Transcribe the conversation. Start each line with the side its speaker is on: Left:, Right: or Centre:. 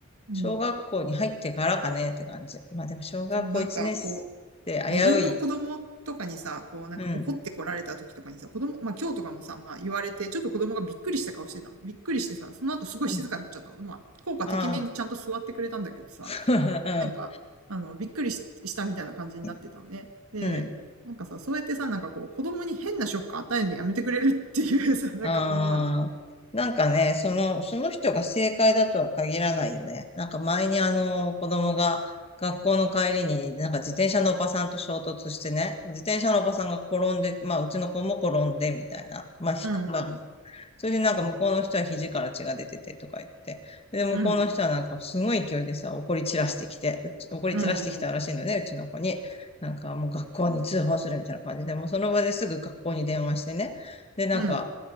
Right: うん。
Left: 小学校に入ってからかねって感じ。まあでも小学校1年
Right: そう、なんかこう、
Left: 生危うい。
Right: 自分の子供とかにさ、こうなんか怒ってこられた時とかにさ、
Left: うん。
Right: 子供、まあ今日とかもさ、まあ言われて、ちょっと子供がびっくりした顔してたの。びっくりしてさ、その後すごい静かになっちゃったの。
Left: うん。
Right: まあ、効果的面でちゃんと座ってくれたんだけどさ、
Left: ああ。<laughs>
Right: なんか、あの、びっくりしたみたいな感じになってたのね。
Left: うん。
Right: で、
Left: うん。
Right: なんかさ、そうやってさ、なんかこう、子供に変なショック与えるのやめてくれるっていう <laughs> さ、なんか思わない。
Left: ああ、なんかね、その、その人が正解だとは限らないよね。なんか前にあの、子供が学校の帰りになんか自転車のおばさんと衝突してね、自転車のおばさんが転んで、まあうちの子も転んでみたいな、まあひく、
Right: うん、うん、
Left: まあそれでなんか向こうの人は肘から血が出ててとか言って。で、向こうの人はなんかすごい勢いでさ、
Right: うん、
Left: 怒り散らしてきて、うち怒り散らしてきたらしいのね、
Right: うん、うん、
Left: うちの子に。なんかもう学校に通報するみたいな感じで、もうその場ですぐ学校に電話してね。で、なんか、
Right: うん、